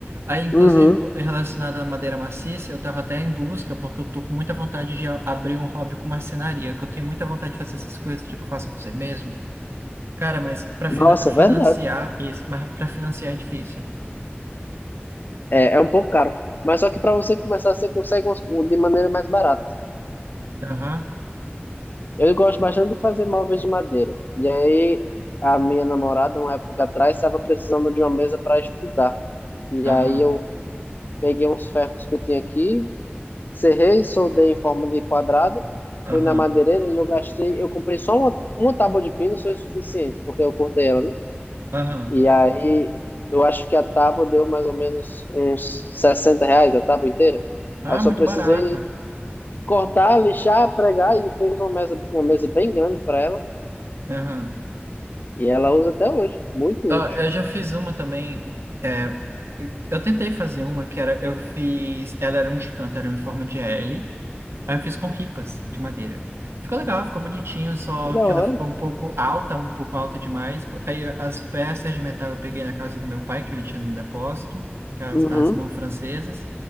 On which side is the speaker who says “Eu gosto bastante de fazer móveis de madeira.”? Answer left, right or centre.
Left